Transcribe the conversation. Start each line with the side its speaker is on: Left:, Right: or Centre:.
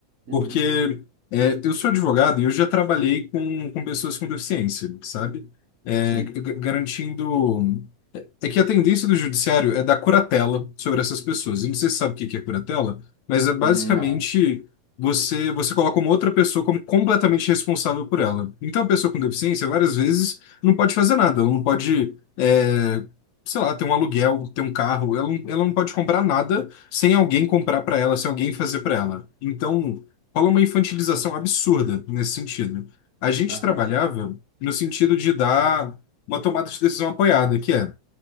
Right: Uhum.
Left: Porque é, eu sou advogado e eu já trabalhei com, com pessoas com deficiência, sabe? É,
Right: sim.
Left: g- garantindo. É que a tendência do judiciário é dar curatela sobre essas pessoas. Eu não sei se você sabe o que que é curatela, mas é basicamente
Right: Hum, Não.
Left: você você coloca uma outra pessoa como completamente responsável por ela. Então, a pessoa com deficiência, várias vezes, não pode fazer nada. Ela não pode, é, sei lá, ter um aluguel, ter um carro. Ela não, ela não pode comprar nada sem alguém comprar para ela, sem alguém fazer para ela. Então, rola uma infantilização absurda nesse sentido. A gente
Right: Aham.
Left: trabalhava no sentido de dar uma tomada de decisão apoiada, que é